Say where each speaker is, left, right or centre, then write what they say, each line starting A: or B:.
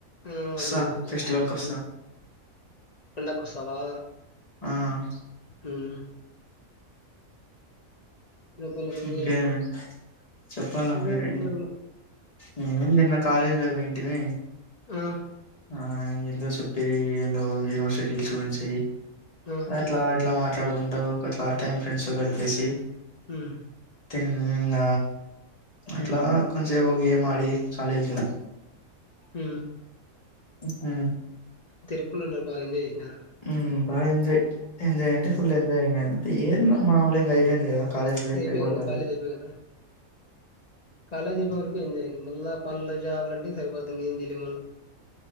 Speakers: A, on the left; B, on the left.
A: ఆ
B: వస్తా
A: నీకెందుకు
B: ఫెస్టివల్ కొస్తా
A: హుమ్మ్, పండక్కొస్తవా
B: ఆహ్
A: ఉహు రేపల్ల పెళ్ళి.
B: ఇంకేమి చెప్పాలా
A: నువ్వే
B: మీరే
A: చెప్పాలి ఇంకా.
B: ఇం నిన్న కాలేజ్ లో అవేంటివి
A: ఆ,
B: ఆహా ఏందో సుపిరి ఎందో యూనివర్సిటీస్ గురించి
A: ఆ.
B: ఎట్లా ఎట్లా మా మాట్లాడుకుంటావు గట్లా టైం ఫ్రెండ్స్తో గడిపేసి
A: ఉమ్,
B: తినీ ఇంగ అట్లా
A: ఉమ్,
B: కొంచెసేపు గేమ్ ఆడి కాలేజ్ల
A: హ
B: హహా
A: తిరుగుకుంటు బాగా ఎంజాయ్ చేసినాలే
B: ఉమ్ బాగా ఎంజాయ్ ఎంజాయ్ అంటే ఫుల్ ఎంజాయ్ ఇంగ అంతే ఏ మామూలు ఇంగా అయి పోయింది కదా కాలేజ్ లైఫ్
A: అయిపోంగా
B: అయిపోతది
A: కాలేజ్ అయిపో కదా కాలేజ్ అయిపో వరకే ఎంజాం మళ పంలే జాబ్లంట సరిపోతం ఏం జలి మల